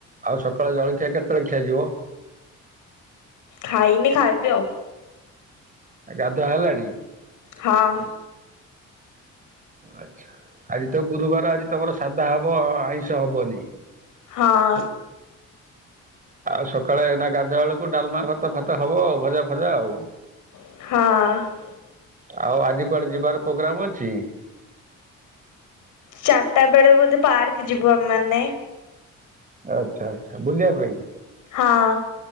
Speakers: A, on the right (about 25°); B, on the left (about 85°).
A: ଆଉ ସକାଳେ ଜଳଖିଆ କେତେଳେଖିଆ ଯିବ?
B: ଖାଇନି ଖାଇବି ଆଉ।
A: ଗାଧୁଆ ହେଲାଣି?
B: ହଁ।
A: ଆଚ୍ଛା--ଆଜି ତ ଗୁରୁବାର ଆଜି ତମର ସାଧା ହବ ଆଇଁଷ ହବନି।
B: ହଁ।
A: ଆଉ ସକାଳେ ନା ଗାଧୁଆବେଳକୁ ଡାଲମା, ଭାତ ଫାତ ହବ ଆଉ। ଭଜା ଫଜା ଆଉ।
B: ହଁ।
A: ଆଉ ଆଜି କୁଆଡେ ଯିବାର ପ୍ରୋଗ୍ରମ୍ ଅଛି।
B: ଚାରଟା ବେଳେ ବୋଧେ ପାର୍କ ଯିବୁ ଆମେ ମାନେ।
A: ଆଚ୍ଛା ଆଚ୍ଛା ବୁଲଆ ପାଇଁ?
B: ହଁ।